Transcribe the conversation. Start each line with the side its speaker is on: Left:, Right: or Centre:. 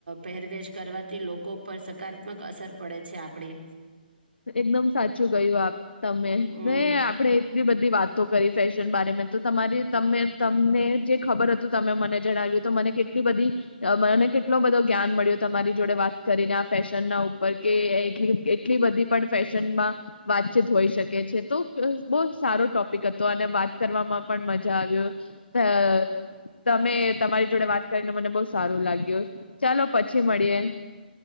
Right: પહેરવેશ કરવાથી લોકો પર સકારાત્મક અસર પડે છે આપડી.
Left: એકદમ સાચું ગયું આપ. તમે
Right: હમ
Left: ને આપડે એટલી બધી વાતો કરી ફ તો તમારી ત તમને જે ખબર હતું તમે મને જણાવ્યું તો મને કેટલી બધી મને કેટલો બધો જ્ઞાન મળ્યું તમારી જોડે વાત કરીને આ ફેશન ના ઉપર કે એટલી બધી. પણ ફેશનમાં વાતચીત હોઈ શકે છે તો બહુ સારો ટોપિક હતો અને વાત કરવામાં પણ મજા આવ્યો તમે તમારી જોડે વાત કરીને મને બહુ સારું લાગ્યું. ચાલો પછી મળીએ.